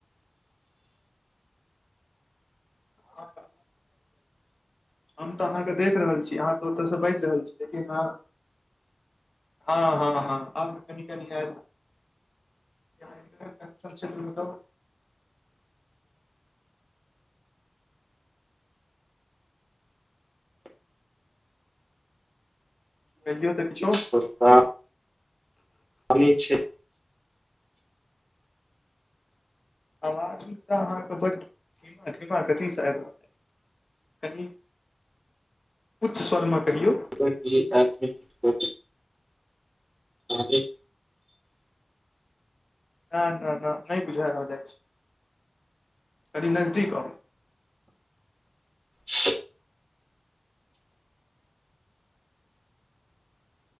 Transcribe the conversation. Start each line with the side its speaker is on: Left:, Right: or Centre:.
Left: आ। हम तऽ अहाँकेँ देख रहल छी अहाँ तऽ ओतयसँ बाजि रहल छी लेकिन हँ। ह ह ह आब कनि कनि आ। कत्रमेतब कहियौ तऽ किछो
Right: किता। पनी छै।
Left: आवाज अहाँकेँ धीमा कथीब कनि उच्च स्वरमे कहि।
Right: <inaudible> ही।
Left: ना ना नही बुझा रहल अछि कनि नजदीक आव
Right: ह।